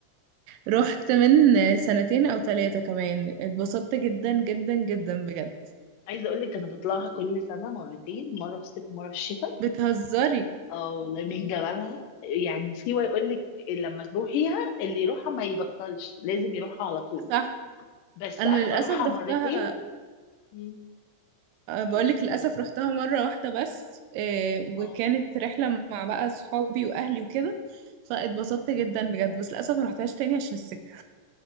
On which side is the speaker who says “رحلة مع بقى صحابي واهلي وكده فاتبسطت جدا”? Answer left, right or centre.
Right